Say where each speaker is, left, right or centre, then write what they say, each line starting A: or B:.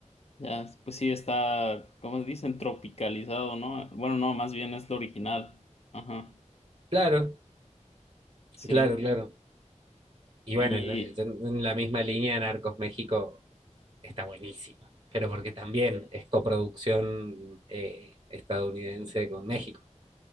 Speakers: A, on the left (about 55°); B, on the right (about 35°).
A: ya, pues sí está, ¿cómo dicen? Tropicalizado, ¿no? Bueno, no, más bien es lo original. Ajá,
B: Claro,
A: sí.
B: Claro, claro. Y
A: Y
B: bueno, en en la misma línea, Narcos México está buenísimo, pero porque también es coproducción eh, estadounidense con México.